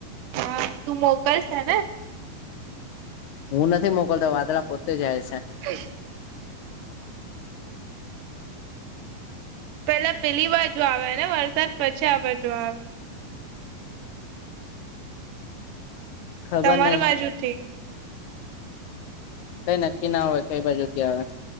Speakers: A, on the right; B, on the left.
A: હા તું મોકલ સે ને?
B: હું નથી મોકલતો વાદળા પોતે જાય સે.
A: <inaudible> પેલા પેલી બાજુ આવે ને વરસાદ પછી આ બાજુ આવે.
B: ખબર
A: તમારી
B: નહીં.
A: બાજુથી
B: કઈ નક્કી ના હોય કઈ બાજુથી આવે